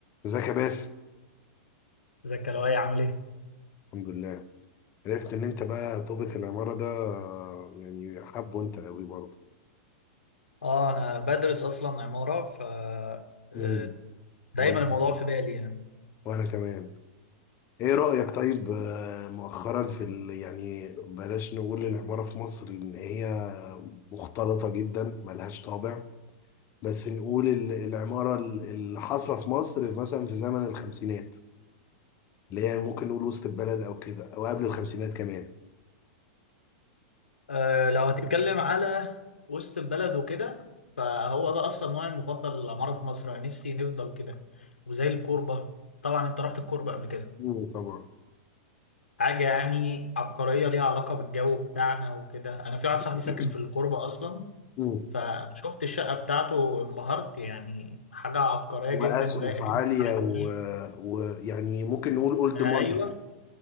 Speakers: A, on the left; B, on the left.
A: ازيك يا باسم
B: ازيك يا لؤي عامل ايه؟
A: الحمد لله عرفت ان انت بقى توبيك العمارة ده آه، يعني حابه انت قوي برضه
B: اه انا بدرس اصلا عمارة ف آه،
A: امم
B: دايما
A: وانا
B: الموضوع في بالي يعني
A: وانا كمان ايه رأيك طيب آه، مؤخرا في ال... يعني بلاش نقول العمارة في مصر ان هي مختلطة جدا ملهاش طابع بس نقول ال- العمارة ال- اللي حاصلة في مصر في مثلا في زمن الخمسينات اللي هي ممكن نقول وسط البلد او كده او قبل الخمسينات كمان
B: آه، لو هتتكلم على وسط البلد وكده فهو ده اصلا نوعي المفضل للعمارة في مصر يعني نفسي نفضل كده وزي الكوربة طبعا انت رحت الكوربة قبل كده
A: امم طبعا
B: حاجة يعني عبقرية ليها علاقة بالجو بتاعنا وكده انا في واحد صاحبي
A: <clears throat>
B: ساكن في الكوربة اصلا
A: امم
B: فشفت الشقة بتاعته انبهرت يعني حاجة عبقرية
A: واسقف
B: جدا ولايقة جدا
A: عاليه
B: على
A: ويعني
B: جونا
A: و... ويعني ممكن نقول اولد
B: ايوه
A: ماني